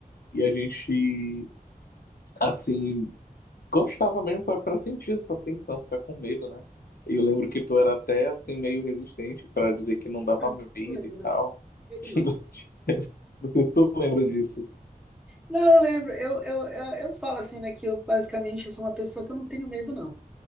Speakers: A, on the left; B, in the centre.
A: e a gente assim gostava mesmo para sentir essa tensão, ficar com medo, né? Eu lembro que tu era até assim meio resistente para dizer que não dava medo
B: Isso eu lembro.
A: e tal.
B: Medo
A: <laughs>
B: não.
A: Não sei se tu lembra disso.
B: Não, eu lembro. Eu, eu, eu, eu falo assim, né, que eu basicamente eu sou uma pessoa que eu não tenho medo, não.